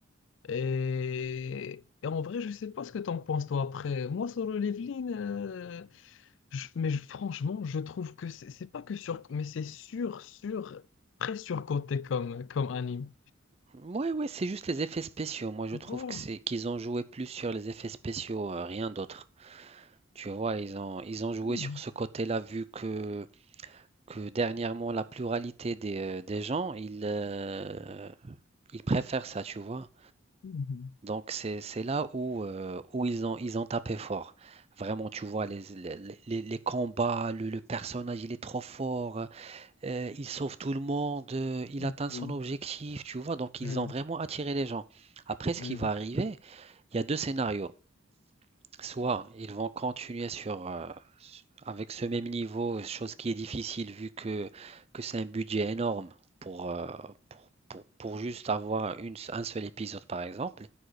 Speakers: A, on the left; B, on the right.
A: Et, et en vrai, je sais pas ce que t'en penses toi après. Moi, solo leveling, euh, je- mais je- franchement, je trouve que c'est c'est pas que sur, mais c'est sur, sur, très surcoté comme, comme anime.
B: Ouais, ouais, c'est juste les effets spéciaux. Moi je
A: Voilà.
B: trouve que c'est qu'ils ont joué plus sur les effets spéciaux, heu, rien d'autre. Tu vois? Ils ont ils ont joué
A: Hmm.
B: sur ce côté-là vu que que dernièrement, la pluralité des, euh, des gens, ils, euh, ils préfèrent ça, tu vois.
A: Hmm.
B: Donc, c'est, c'est là où, euh, où ils ont, ils ont tapé fort. Vraiment, tu vois, les, les, les- les combats, le, le personnage, il est trop fort, euh, il sauve tout le monde, euh, il
A: Hmm.
B: atteint son
A: Hmm.
B: objectif, tu vois. Donc, ils
A: Hmm.
B: ont vraiment attiré les gens. Après, ce
A: Hmm.
B: qui va arriver, il y a deux scénarios. Soit ils vont continuer sur, heu, avec ce même niveau, chose qui est difficile vu que que c'est un budget énorme pour, heu, pour pour pour juste avoir une un seul épisode par exemple.